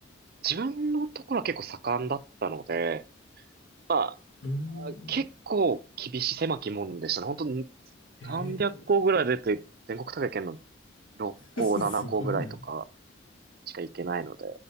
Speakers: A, on the right; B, on the left.
A: 自分のところは結構盛んだったので、ま
B: ーん。
A: あ、結構厳しい狭き門でしたね。本当に
B: へ
A: 300校ぐらい出て、全国大会行の6校、
B: え、<laughs> すごいな。
A: 7校ぐらいとかしか行けないので、